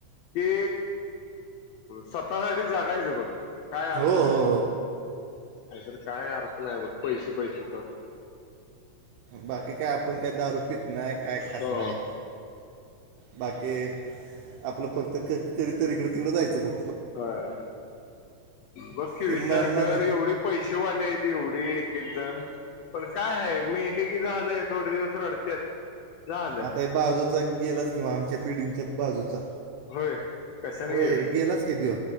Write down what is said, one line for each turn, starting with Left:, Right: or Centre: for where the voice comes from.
Left: कि स्वतःसाठीच जगायचं बघ काय
Right: हो
Left: अर्थ नाही.
Right: हो.
Left: नाहीतर काय अर्थ नाही बघ पैसे-पैसे करून.
Right: बाकी काय आपण काही दारू पित नाही, काय खात
Left: हो
Right: नाही. बाकी आपलं फक्त क कधीतरी इकडे-तिकडं जायचं बघ.
Left: होय. बघ की
Right: ते
Left: विचार
Right: मॅम मॅम
Left: कर एवढे पैसेवाले हायत एवढी. एकजण पण काय आहे, मेले की झालं थोडे दिवस रडत्यात. झालं
Right: आता हे बाजूचा गेलाच किंवा आमच्या बिल्डिंगच्या बाजूचा.
Left: होय कशाने
Right: होय
Left: गेलं
Right: गेलाच कि त्यो